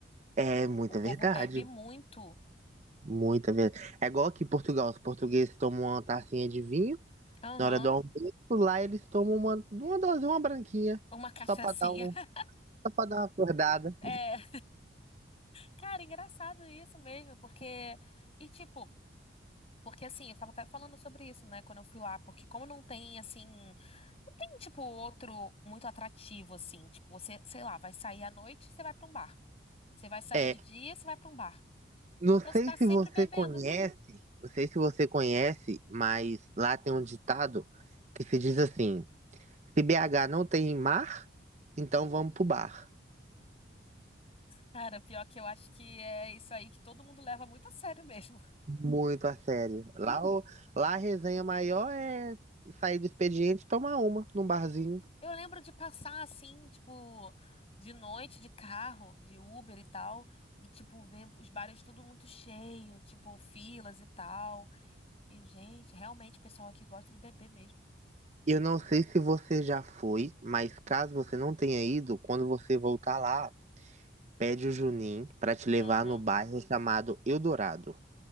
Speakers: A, on the right (about 40°); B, on the left (about 35°).
A: É muita
B: O povo
A: verdade.
B: bebe muito.
A: Muita verdade. É igual aqui em Portugal. Os portugueses tomam uma tacinha de vinho.
B: Aham.
A: Na hora do almoço, lá eles tomam uma, uma dosinha, uma branquinha.
B: Uma cachaçinha.
A: Só pra dar um,
B: <laughs>
A: só pra dar uma acordada.
B: É, cara, engraçado isso mesmo, porque. E tipo, porque assim, eu tava até falando sobre isso, né, quando eu fui lá, porque como não tem, assim. Não tem, tipo, outro muito atrativo, assim. Tipo, você, sei lá, vai sair à noite, você vai pra um bar. Você vai sair
A: É,
B: de dia, você vai pra um bar.
A: não
B: Então
A: sei
B: você tá
A: se
B: sempre
A: você
B: bebendo.
A: conhece, não sei se você conhece, mas lá tem um ditado que se diz assim: Se BH não tem mar, então vamos pro bar.
B: Cara, pior que eu acho que é isso aí que todo mundo leva muito a sério mesmo.
A: Muito a sério. Lá, o- lá a resenha maior é sair do expediente e tomar uma num barzinho.
B: Eu lembro de passar assim, tipo, de noite de carro, de Uber e tal, e tipo ver os bares tudo muito cheio, tipo filas e tal. Eu, gente, realmente o pessoal aqui gosta de beber mesmo.
A: Eu não sei se você já foi, mas caso você não tenha ido, quando você voltar lá, pede o Juninho pra te levar
B: Aham.
A: no bairro chamado Eldorado.